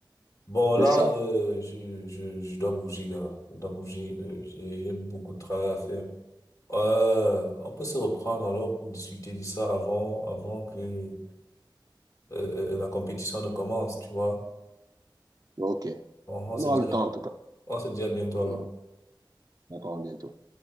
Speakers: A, on the left; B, on the right.
A: Bon, là,
B: c'est ça.
A: euh, je, je, je dois bouger, gars. Je dois bouger. euh, j'ai j'ai beaucoup de travail à faire. Euh, on peut se reprendre alors pour discuter de ça avant, avant que euh, euh, la compétition ne commence, tu vois.
B: OK.
A: On, on
B: On
A: se
B: aura
A: dit
B: le
A: à,
B: temps, en tout cas.
A: on se dit à bientôt alors.
B: Mhm. D'accord, à bientôt.